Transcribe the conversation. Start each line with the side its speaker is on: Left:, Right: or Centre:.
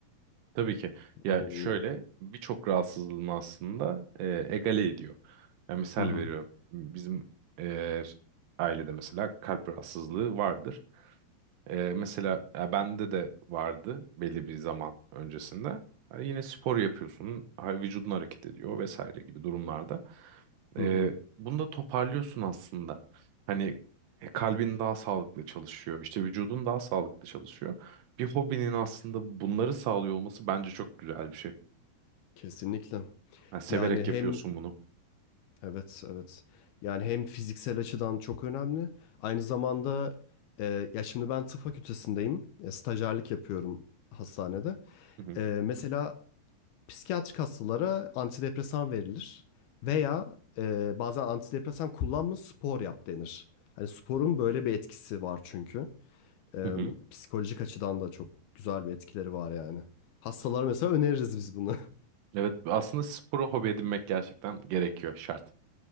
Right: Tabii ki. Ya
Left: Bundan
Right: şöyle
Left: eminim.
Right: birçok rahatsızlığını aslında e, egale ediyor. Yani misal
Left: Hı hı.
Right: veriyorum. Bizim e, ailede mesela kalp rahatsızlığı vardır. Ee, mesela ya bende de vardı belli bir zaman öncesinde. Ha, yine spor yapıyorsun, ha, vücudun hareket ediyor vesaire gibi durumlarda. Ee,
Left: Hı hı.
Right: bunu da toparlıyorsun aslında. Hani e, kalbin daha sağlıklı çalışıyor, işte vücudun daha sağlıklı çalışıyor. Bir hobinin aslında bunları sağlıyor olması bence çok güzel bir şey.
Left: Kesinlikle.
Right: Yani severek
Left: Yani hem
Right: yapıyorsun bunu.
Left: Evet, evet. Yani hem fiziksel açıdan çok önemli. Aynı zamanda e, ya şimdi ben tıp fakültesindeyim. E, stajyerlik yapıyorum hastanede.
Right: Hı hı.
Left: E, mesela psikiyatrik hastalara antidepresan verilir. Veya e, bazen antidepresan kullanma spor yap denir. Hani sporun böyle bir etkisi var çünkü. E,
Right: Hı hı.
Left: psikolojik açıdan da çok güzel bir etkileri var yani. Hastalara mesela öneririz biz bunu. <laughs>
Right: Evet, aslında sporu hobi edinmek gerçekten gerekiyor, şart.